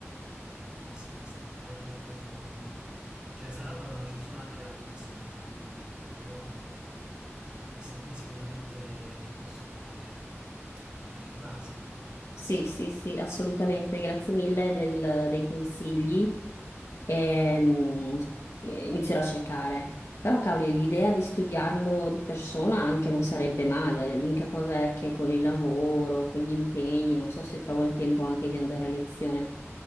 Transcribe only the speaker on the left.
Sì, sì, sì, assolutamente, grazie mille del- dei consigli. Ehm, eh, inizierò a cercare. Però, cavoli, l'idea di studiarlo di persona anche non sarebbe male. L'unica cosa è che con il lavoro, con gli impegni, non so se trovo il tempo anche di andare a lezione.